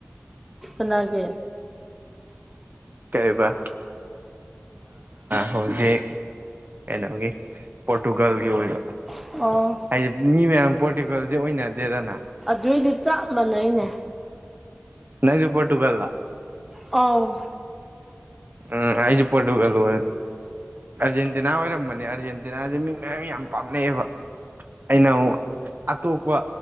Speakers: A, in the centre; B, on the right.
A: ꯀꯅꯥꯒꯤ
B: ꯀꯩꯕ ꯍꯧꯖꯤꯛ ꯀꯩꯅꯣꯒꯤ ꯄꯣꯔꯇꯨꯒꯜꯒꯤ ꯑꯣꯏꯕ
A: ꯑ
B: ꯍꯥꯏꯗꯤ ꯃꯤ ꯃꯌꯥꯝ ꯄꯣꯔꯇꯤꯒꯦꯜꯁꯦ ꯑꯣꯏꯅꯗꯦꯗꯅ
A: ꯑꯗꯨꯏꯗꯤ ꯆꯞ ꯃꯥꯟꯅꯩꯅꯦ
B: ꯅꯪꯁꯨ ꯄꯣꯔꯇꯨꯒꯜꯂ
A: ꯑꯣ
B: ꯎꯝ ꯑꯩꯁꯨ ꯄꯣꯔꯇꯨꯒꯜ ꯑꯣꯏ ꯑꯥꯔꯖꯦꯟꯇꯤꯅꯥ ꯑꯣꯏꯔꯝꯕꯅꯦ ꯑꯥꯔꯖꯦꯟꯇꯤꯅꯥꯁꯦ ꯃꯤ ꯃꯌꯥꯝ ꯌꯥꯝ ꯄꯥꯝꯅꯩꯑꯕ ꯑꯩꯅ ꯑꯃꯨꯛ ꯑꯇꯣꯞꯄ